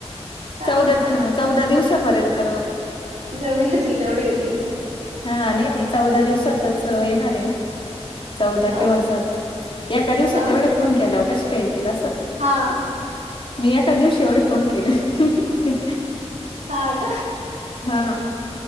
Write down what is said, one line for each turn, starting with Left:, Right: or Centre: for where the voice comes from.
Right: सांग
Left: चौदा
Right: बेटा
Left: चौदा दिवसापर्यंत
Right: जेवढे येतील तेवढे येतील
Left: हा नाही नाही चौदा दिवसातच येणार आहे ना चौदा
Right: अ
Left: किंवा सात एका दिवसात
Right: अ
Left: एवढे फोन केलावर कशी काय येतील असं
Right: हा
Left: मी एकाच दिवशी एवढे फोन केले ह
Right: ह
Left: हा